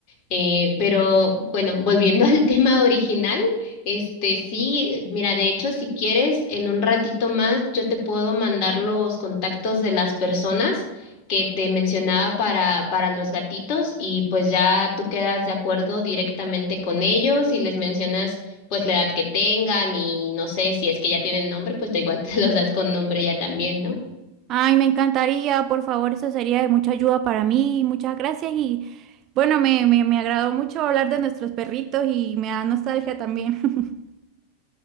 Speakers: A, on the left (about 40°); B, on the right (about 35°).
A: Eh, pero bueno, volviendo <laughs> al tema original, este sí, mira, de hecho, si quieres, en un ratito más yo te puedo mandar los contactos de las personas que te mencionaba para, para los gatitos y pues ya tú quedas de acuerdo directamente con ellos y les mencionas pues la edad que tengan y no sé si es que ya tienen nombre, pues da igual <laughs> te los das con nombre ya también, ¿no?
B: Ay, me encantaría, por favor, eso sería de mucha ayuda para mí. Muchas gracias y bueno, me, me, me agradó mucho hablar de nuestros perritos y me da nostalgia también. <laughs>